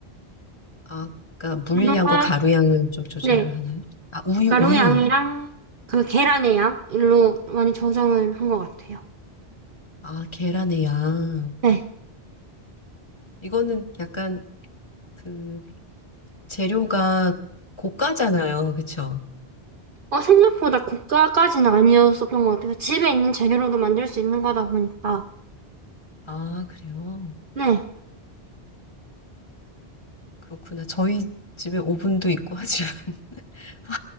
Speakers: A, on the left; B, on the right.
A: 아, 그러니까 물량과
B: 가루가
A: 가루 양을 좀 조절을
B: 네
A: 하나요? 아, 우유,
B: 가루양이랑
A: 우유.
B: 그 계란의 양일로 많이 조정을 한 것 같아요.
A: 아, 계란의 양.
B: 네.
A: 이거는 약간 그 재료가 고가잖아요. 그쵸?
B: 어, 생각보다 고가까지는 아니었었던 것 같아요. 집에 있는 재료로도 만들 수 있는 거다 보니까.
A: 아, 그래요?
B: 네.
A: 그렇구나. 저희 집에 오븐도 있고 하지만 <laughs> 아,